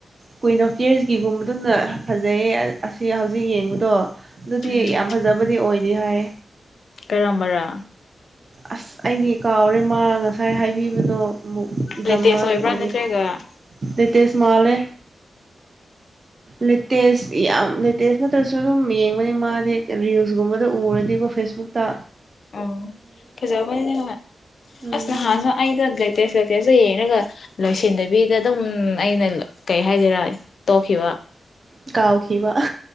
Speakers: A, on the right (about 35°); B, on the left (about 65°).
A: ꯀꯨꯏꯅ ꯐꯦꯁꯀꯤꯒꯨꯝꯕꯗꯨꯅ ꯐꯖꯩꯌꯦ ꯑꯁꯤ ꯍꯧꯖꯤꯛ ꯌꯦꯡꯕꯗꯣ ꯑꯗꯨꯗꯤ
B: ꯎꯝ
A: ꯌꯥꯝ ꯐꯖꯕꯗꯤ ꯑꯣꯏꯗꯤ ꯍꯥꯏ
B: ꯀꯔꯝꯕꯔꯥ
A: ꯑꯁ ꯑꯩꯗꯤ ꯀꯥꯎꯔꯦ ꯃꯥ ꯉꯁꯥꯏ ꯍꯥꯏꯕꯤꯕꯗꯣ ꯗ꯭ꯔꯃꯥꯒꯤ
B: ꯂꯦꯇꯦꯁ ꯑꯣꯏꯕ꯭ꯔꯥ
A: ꯃꯃꯤꯡ
B: ꯅꯠꯇ꯭ꯔꯒ
A: ꯅꯦꯠꯇꯦ ꯁꯃꯥꯜꯅꯦ ꯂꯦꯇꯦꯁ ꯌꯥꯝ ꯂꯦꯇꯦꯁ ꯅꯠꯇ꯭ꯔꯁꯨ ꯑꯗꯨꯝ ꯌꯦꯡꯕꯅꯤ ꯃꯥꯗꯤ ꯔꯤꯜꯁꯀꯨꯝꯕꯗ ꯎꯔꯗꯤꯀꯣ ꯐꯦꯁꯕꯨꯛ ꯃꯨꯛꯇ
B: ꯎꯝ ꯐꯖꯕꯅꯤ
A: ꯎꯝ
B: ꯑꯁ ꯅꯍꯥꯟꯁꯨ ꯑꯩꯗ ꯂꯦꯇꯦꯁ ꯂꯩꯦꯇꯦꯁꯇ ꯌꯦꯡꯉꯒ ꯂꯣꯏꯁꯟꯗꯕꯤꯗ ꯑꯗꯨꯝ ꯑꯩꯅ ꯀꯩ ꯍꯥꯏꯗꯔꯥ ꯇꯣꯛꯈꯤꯕ
A: ꯀꯥꯎꯈꯤꯕ ꯋꯥ